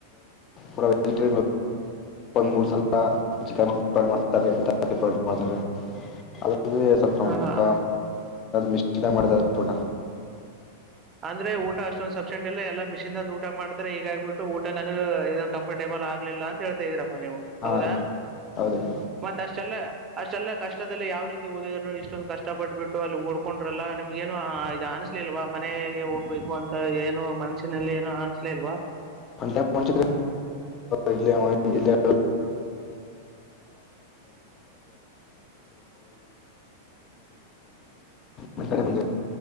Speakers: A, on the left (about 35°); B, on the right (about 30°).
A: ಅ್ರಜಿರಿ ಒಂದ್ ಮೂರ್ ಸಲ ಚಿಕನ್ ಮಾಡ್ತಾ ಮಾಡ್ತ ಇ ಸಸಕ
B: ಹಾ, ಹಾ
A: ಮಶ್ಚಿತ ಮಾಡ ೋಟಾ
B: ಅಂದ್ರೆ ಊಟ ಅಷ್ಟೊಂದ ಸಸೆಂಟ್ಲ್ಲ ಎಲ್ಲ ಮಿಷನ್ದಂದ ಊಟ ಮಾಡತಾರೆ ಹೀಗ ಆಗ್ಬಿಟ್ಟು ಊಟ ನನಗ್ ಇದ ಕಂಫರ್ಟೇಬಲ್ ಆಗ್ಲಿಲ್ಲ ಅಂತ ಹೇಳ್ತಾ ಇದೀರಾ ನೀವು
A: ಹಾಂ
B: ಹೌದಾ
A: ರೀ ಹೌದು ರೀ
B: ಮತ್ತ ಅಷ್ಟೆಲ್ಲ ಅಷ್ಟೆಲ್ಲ ಕಷ್ಟದಲ್ಲಿ ಯಾವ ರೀತಿ ಓದಿದ್ರು ಇಷ್ಟೊಂದು ಕಷ್ಟಪಟ್ಟಬಿಟ್ಟು ಅಲ್ಲಿ ಓಡ್ಕೊಂಡ್ರಲ್ಲ ನಿಮ್ಗೇನುಾ ಇದು ಅನಿಸಲಿಲ್ವಾ ಮನೆಗೆ ಹೋಗ್ಬೇಕು ಅಂತ ಏನೋ ಮನ್ಸಿನಲ್ಲಿ ಏನೋ ಅನ್ಸ್ಲ ಇಲ್ವಾ
A: ಮಚ್ರ ಹ ಬಂದ ಈಡೆ ಮಡೆಂದ